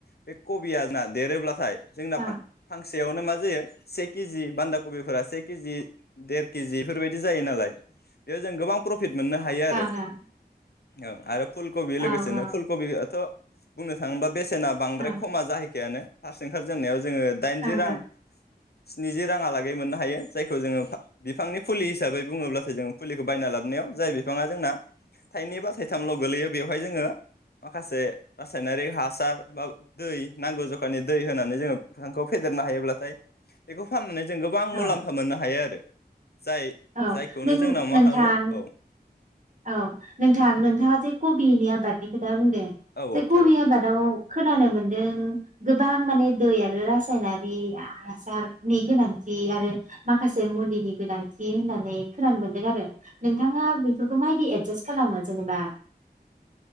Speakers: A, on the left (about 70°); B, on the right (about 45°).
A: बे कबिया जोंना देरोब्लाथाय जोंना
B: ओं औ
A: फां फांसेयावनो मा <unintelligible> सेखि जि बान्दा कबिफोरा से केजि देर केजि बेफोरबायदि जायो नालाय बेयाव जों गोबां प्र प्रफिट मोननो हायो आरो
B: ओं औ
A: औ आरो फुलकबि
B: औ
A: लोगोसेनो
B: ओं औ ओं
A: फुलकबि याथ' बुंनो थाङोबा बे सेना बांद्राय
B: ओं
A: खमा जाहैखायानो फास्ट ओंखार जेननायाव जोङो दाइनजि
B: ओं
A: रां स्निजि राङालागै मोननो हायो जायखौ जोङो फा बिफांनि फुलि हिसाबै बुङोब्लाथाय जों फुलि बायना लाबोनायाव जाय बिफाङा जोंना थाइनै बा थाइथामल गोलैयो बेवहाय जोङो माखासे रासायनारि हासार बा दै नांगौ जखानि दै होनानै जोङो बिफांखौ फेदेरनो हायोब्लाथाय बेखौ फाननानै जों गोबां
B: ओं
A: मुलाम्फा
B: औ
A: मोननो हायो आरो जाय
B: औ
A: जायखौनो
B: नों
A: जोंनाव
B: नोंथां
A: मा खालामो औ
B: औ नोंथां नोंथाङा जे कबिनि आबादनिखो दा बुंदों
A: औ
B: बे
A: औ
B: कबि
A: थारैनो
B: आबादाव खोनानो मोनदों गोबां माने दै आरो रासायनारि हासारनि गोनांथि आरो माखासे मुलिनि गोनां थि होननानै खोनानो मोनदों आरो नोंथाङा बेफोरखौ माबायदि एदजासट खालामो जेनेबा